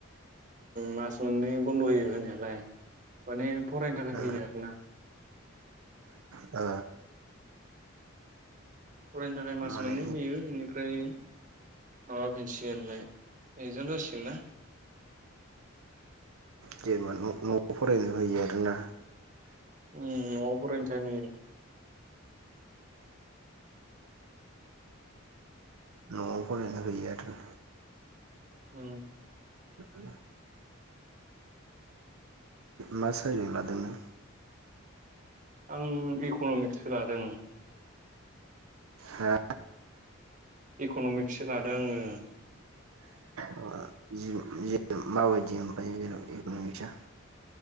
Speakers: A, on the right; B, on the right.
A: मास मोननै बन्द' होयो होनायालाय माने फरायनो थाखाय
B: ओ
A: होयो आर ना
B: ओ
A: फरायनो थाखाय मास
B: माने
A: मोननै होयो। बेनिफ्राय माबाफिनसिगोनलाय एकजाम जासिगोन नना।
B: जेनेबा न'आव फरायनो होयो आर ना।
A: उ न'आव फरायनो टाइम होयो।
B: न'आव फरायनो हैयो आरो
A: ओ
B: <inaudible> मा साइजजों लादों नों <unintelligible>
A: आं इक'न'मिक्सो लादों।
B: हो
A: इकन'मिक्सो लादों आङो
B: <unintelligible> माबादि ओमफ्राय जेन इकन'मिस आ <unintelligible>